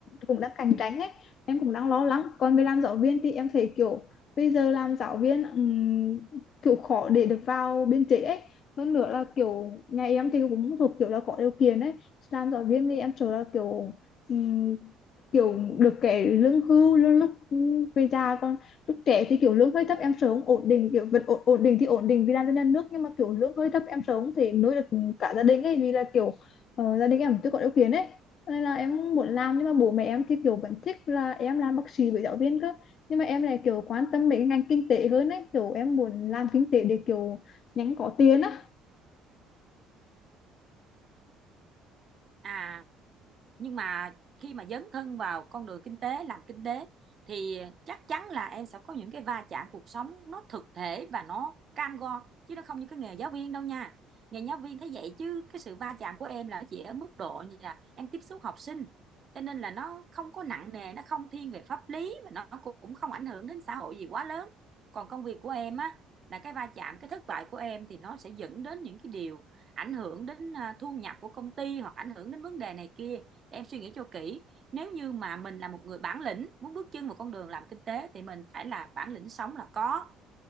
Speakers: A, on the left; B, on the right.
A: cũng đang cạnh tranh ấy em cũng đang lo lắng còn về làm giáo viên thì em thấy kiểu bây giờ làm giáo viên ừm, kiểu khó để được vào biên chế ấy hơn nữa là kiểu nhà em thì cũng thuộc kiểu là có điều kiện ấy làm giáo viên thì em sợ là kiểu ừm, kiểu được cái lương hưu lương lúc về già còn lúc trẻ thì kiểu lương hơi thấp em sợ không ổn định kiểu vật ổn, ổn định thì ổn định vì làm cho nhà nước nhưng mà kiểu lương hơi thấp em sợ không thể nuôi được cả gia đình ấy vì là kiểu ờ, gia đình em chưa có điều kiện ấy cho nên là em muốn làm nhưng mà bố mẹ em thì kiểu vẫn thích là em làm bác sĩ với giáo viên cơ nhưng mà em lại kiểu quan tâm mấy cái ngành kinh tế hơn ấy kiểu em muốn làm kinh tế để kiểu nhanh có tiền á
B: À, nhưng mà khi mà dấn thân vào con đường kinh tế làm kinh tế thì chắc chắn là em sẽ có những cái va chạm cuộc sống nó thực thể và nó cam go chứ nó không như cái nghề giáo viên đâu nha nghề giáo viên thế vậy chứ cái sự va chạm của em là chỉ ở mức độ như là em tiếp xúc học sinh cho nên là nó không có nặng nề nó không thiên về pháp lý và nó cũng không ảnh hưởng đến xã hội gì quá lớn còn công việc của em á là cái va chạm cái thất bại của em thì nó sẽ dẫn đến những cái điều ảnh hưởng đến à, thu nhập của công ty hoặc ảnh hưởng đến vấn đề này kia Em suy nghĩ cho kỹ, nếu như mà mình là một người bản lĩnh, muốn bước chân vào con đường làm kinh tế thì mình phải là bản lĩnh sống là có